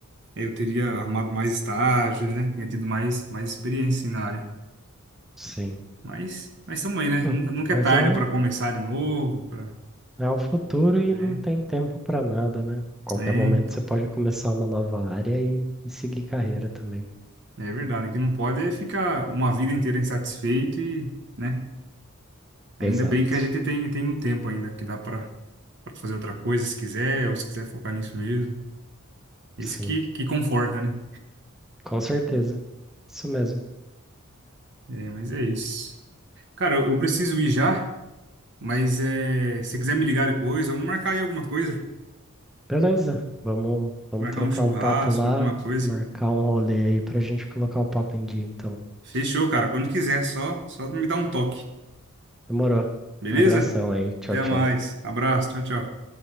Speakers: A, on the right; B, in the centre.
A: eu teria arrumado mais estágios, né? Tinha tido mais, mais experiência, assim, na área.
B: Sim.
A: Mas, mas também, né?
B: Hum,
A: Nunca, nunca
B: Mas
A: é tarde
B: é um,
A: para começar de novo, para,
B: É o futuro e
A: né?
B: não tem tempo para nada, né? Qualquer
A: É,
B: momento
A: então.
B: você pode começar uma nova área e, e seguir carreira também.
A: É verdade, que não pode é ficar uma vida inteira insatisfeito e, né? Ainda
B: Exato.
A: bem que a gente tem, tem o tempo ainda, que dá para para fazer outra coisa se quiser, ou se quiser focar nisso mesmo. Esse
B: Sim,
A: que, que conforta, né?
B: com certeza. Isso mesmo.
A: É, mas é isso. Cara, eu, eu preciso ir já, mas é, se quiser me ligar depois, vamos marcar aí alguma coisa.
B: Beleza. Vamos, vamos
A: Marcar
B: trocar
A: um churrasco,
B: um papo lá,
A: alguma coisa.
B: marcar um rolê aí pra gente colocar o papo em dia, então.
A: Fechou, cara. Quando quiser, só, só me dá um toque.
B: Demorou.
A: Beleza?
B: Abração aí. Tchau,
A: Até
B: tchau.
A: mais. Abraço. Tchau, tchau.